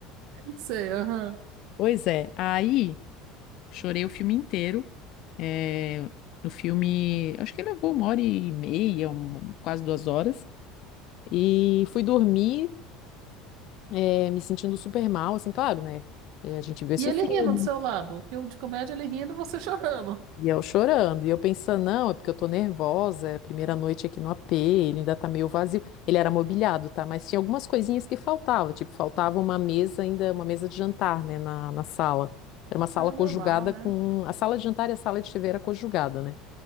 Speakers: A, on the right; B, on the left.
A: sei, aham.
B: Pois é, aí chorei o filme inteiro. É, o filme, acho que levou uma hora e meia, um- quase duas horas. E fui dormir, eh, me sentindo super mal, assim, claro, né? Eh, a gente viu esse
A: E ele
B: filme
A: rindo do seu lado. O filme de comédia, ele rindo e você <laughs> chorando.
B: e eu chorando. E eu pensando, não, é porque eu tô nervosa, é a primeira noite aqui no AP, ele ainda tá meio vazio. Ele era mobiliado, tá? Mas tinha algumas coisinhas que faltava, tipo, faltava uma mesa ainda, uma mesa de jantar, né, na, na sala. Era uma sala
A: Ah,
B: conjugada
A: normal, né?
B: com. A sala de jantar e a sala de TV era conjugada, né?